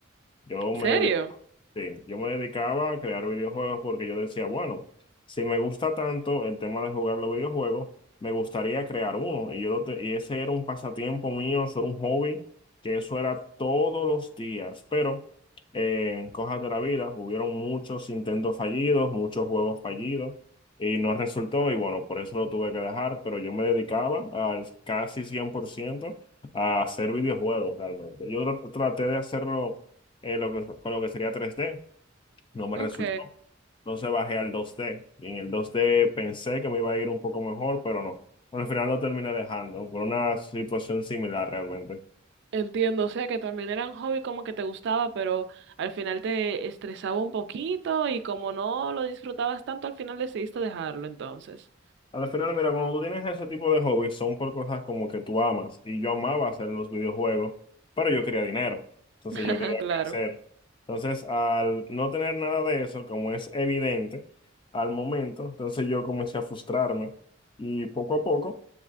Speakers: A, on the left; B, on the right.
A: Yo
B: ¿En
A: me
B: serio?
A: dedic- sí, yo me dedicaba a crear videojuegos porque yo decía, bueno, si me gusta tanto el tema de jugar los videojuegos, me gustaría crear uno. Y yo lo te- y ese era un pasatiempo mío, eso era un hobby, que eso era todos los días. Pero eh, en cosas de la vida, hubieron muchos intentos fallidos, muchos juegos fallidos, y no resultó. Y bueno, por eso lo tuve que dejar, pero yo me dedicaba al casi 100% a hacer videojuegos realmente. Yo tr- traté de hacerlo eh, lo que, con lo que sería 3D. No me
B: Ok.
A: resultó. Entonces bajé al 2D. Y en el 2D pensé que me iba a ir un poco mejor, pero no. Al final lo terminé dejando por una situación similar realmente.
B: Entiendo, o sea que también era un hobby como que te gustaba, pero al final te estresaba un poquito y como no lo disfrutabas tanto, al final decidiste dejarlo entonces.
A: Al final, mira, cuando tú tienes ese tipo de hobbies, son por cosas como que tú amas. Y yo amaba hacer los videojuegos, pero yo quería dinero. Entonces
B: <laughs>
A: yo quería
B: Claro.
A: crecer. Entonces, al no tener nada de eso, como es evidente al momento, entonces yo comencé a frustrarme. Y poco a poco